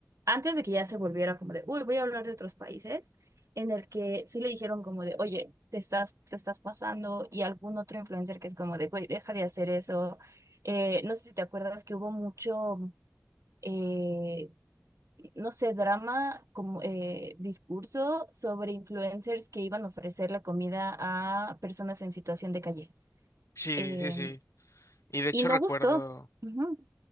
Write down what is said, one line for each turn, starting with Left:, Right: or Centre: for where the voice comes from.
Right: antes de que ya se volviera como de, uy, voy a hablar de otros países, en el que sí le dijeron como de, oye, te estás, te estás pasando, y algún otro influencer que es como de, güey, deja de hacer eso. Eh, no sé si te acuerdas que hubo mucho, eh, no sé, drama, como eh, discurso sobre influencers que iban a ofrecer la comida a personas en situación de calle.
Left: Sí,
Right: Em,
Left: sí, sí. Y de hecho
Right: y no
Left: recuerdo...
Right: gustó. Ujú,